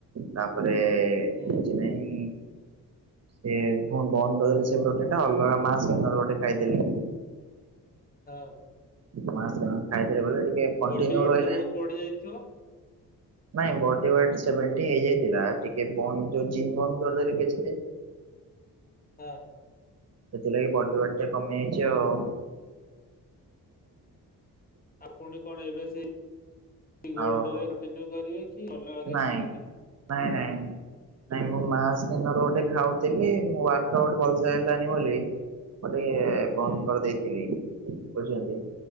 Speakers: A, on the right; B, on the left.
A: ତାପରେ
B: ହୁଁ
A: କିଛି ନାଇଁ ସେ ପୁଣି ବନ୍ଦ କରିଦେଲେ ସେ ପ୍ରୋଟିନ ଟା ଅଲଗା ମାସ ଗେନର ଗୋଟେ ଖାଇଦେଲି।
B: ହଁ।
A: ମାସ ଗେନର ଖାଇଦେଲେ ବୋଲି ଟିକେ କଣ୍ଟିନ୍ୟୁ
B: ବଡି ୱେଟ
A: ରହିଲା।
B: ତ ବହୁତ ବଢି ଯାଇଥିବ।
A: ନାଇଁ ବଡି ୱେଟ୍ ସେଭେନଟି ହେଇଯାଇଥିଲା। ଟିକେ ବନ୍ଦ ଯୋଉ ଜିନ୍ ବନ୍ଦ କରିଦେଲେ କିଛି ଦିନ୍।
B: ହଁ।
A: ସେଥିଲାଗି ବଟି ୱେଟ୍ ଟିକେ କମିଯାଇଚି ଆଉ।
B: ଆଉ ପୁଣି କଣ ଏବେ ସେ ଗୋଲ୍ଡ
A: ଆଉ
B: ୱେ କଣ୍ଟିନିଉ କରିବେ କି ଅଲଗା କିଛି
A: ନାଇଁ ନାଇଁ ନାଇଁ। ନାଇଁ ମୁଁ ମାସ୍ ଗେନର ଗୋଟେ ଖାଉଥିଲି ମୁଁ ୱାର୍କ ଆଉଟ ଭଲସେ ହେଲାନି ବୋଲି ମୁଁ ଟିକେ ବନ୍ଦ
B: ହୁଁ।
A: କରିଦେଇଥିଲି ବୁଝିପାରିଲେ।